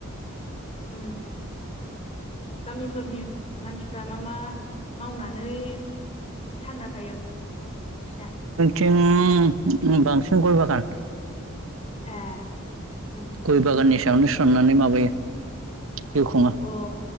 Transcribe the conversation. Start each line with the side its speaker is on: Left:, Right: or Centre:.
Left: उम गामिफोरनि मानसिफ्रा मा मा मावनानै थांना थायो नोंसिना?
Right: <unintelligible> बांसिन
Left: उम
Right: गय बागान।
Left: ए उम
Right: गय बागाननि सायावनो सोनारनानै माबायो जिउ खुङो
Left: अ